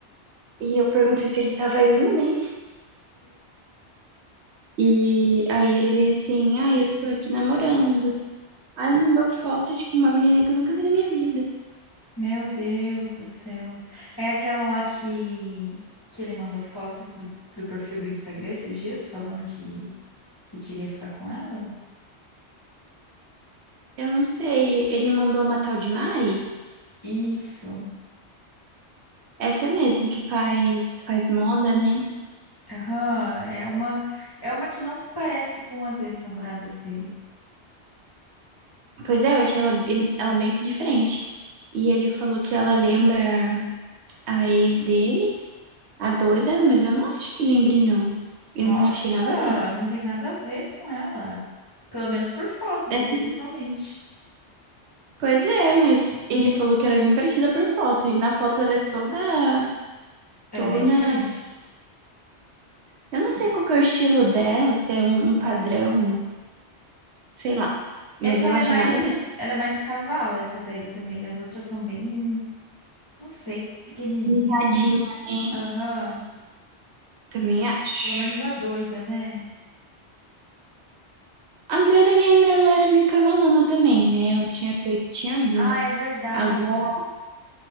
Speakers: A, on the right (about 75°); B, on the left (about 20°).
A: e eu perguntei se ele tava indo, né? E aí ele bem assim, ai, eu tô aqui namorando. Aí mandou foto de uma menina que eu nunca vi na minha vida.
B: Meu Deus do céu. É aquela lá que, que ele mandou fotos do, do perfil do Instagram esses dias, falando que, que queria ficar com ela?
A: Eu não sei, ele mandou uma tal de Mari?
B: Isso.
A: Essa mesmo que faz faz moda, né?
B: Aham, é uma, é uma que não parece com as ex-namoradas dele.
A: Pois é, eu achei ela, ele- ela bem diferente. E ele falou que ela lembra a ex dele, a doida, mas eu não acho que lembre, não. Eu
B: Nossa,
A: não achei nada a ver.
B: não tem nada a ver com ela. Pelo menos por foto,
A: É
B: não
A: assim,
B: sei pessoalmente.
A: pois é, mas ele falou que ela é bem parecida por foto. E na foto ela é toda,
B: Ela
A: toda.
B: é bem diferente.
A: Eu não sei qual que é o estilo dela, se é um, um padrão, sei lá.
B: É
A: Mas
B: que
A: eu
B: ela
A: não achei
B: é mais,
A: nada a ver.
B: ela é mais cavala essa daí também. As outras são bem, não sei, pequenininhas.
A: Mirradinha, né?
B: Aham.
A: Também acho.
B: Pelo menos a doida, né?
A: A doida que ainda ela era meio cavalona também, né? Ela tinha peito e tinha bunda.
B: Ah, é verdade.
A: Agora